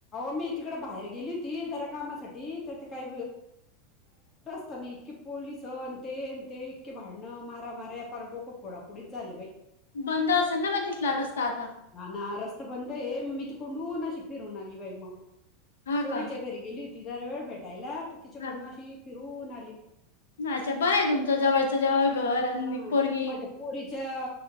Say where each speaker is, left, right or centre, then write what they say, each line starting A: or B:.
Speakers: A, on the left; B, on the left.
A: मी तिकड बाहेर गेली होती ज कामासाठी काय नाही इतके पोलीस अ ते अ ते इतके भांडणं मारा मार्या पार डोकं थोडाफोडीच झाले बाई
B: बंद असेल ना म तिथला रस्ता आता
A: ह ना रस्ता बंद ए म मितकडु ना शिपिर न अलीि वयईम
B: हा
A: पोरीच्या
B: का
A: घरी गेली ती जरा वेळ भेटायला तर तिच्याकडनं
B: हा.
A: अशी फिरवून
B: अच्छा बर तुमच जवळच्या जवळ घर आणि
A: हा
B: पोरगी
A: माझ्या पोरीच्या